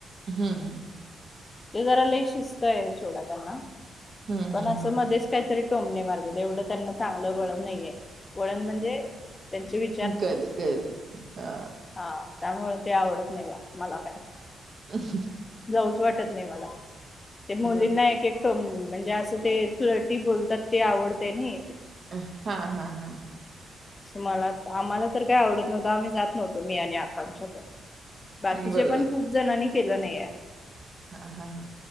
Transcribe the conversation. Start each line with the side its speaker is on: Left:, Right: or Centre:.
Right: हम्म हम
Left: ते जरा लई शिस्त आहे सोडा त्यांना
Right: हम्म
Left: पण
Right: हम्म
Left: असे
Right: हम्म
Left: मध्येच काहीतरी टोमने मारगत एवढं त्यांना चांगलं वळण नाहीये वळण म्हणजे त्यांचे वि
Right: कळलं कळलं हा
Left: हा त्यामुळे ते आवडत नाही बा मला काय
Right: <inaudible>
Left: जाऊच वाटत नाही मला ते मुलींना
Right: बरोबर
Left: एक एक टोमणे म्हणजे असं ते फ्लटी बोलतात ते आवडते नाही
Right: हा हा हा हा
Left: तुम्हाला आम्हाला तर काय आवडत नव्हत आम्ही जात नव्हतो मी आणि आकांक्षा बाकीचे
Right: बरोबर
Left: पण खूप जणांनी केल नाहीये.
Right: हा हा हा